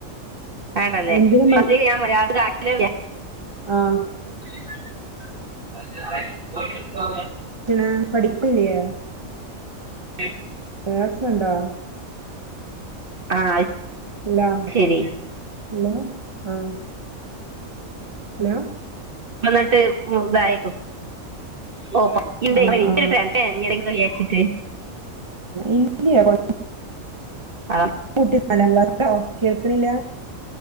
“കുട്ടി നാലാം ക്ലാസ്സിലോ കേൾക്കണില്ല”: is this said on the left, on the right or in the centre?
Right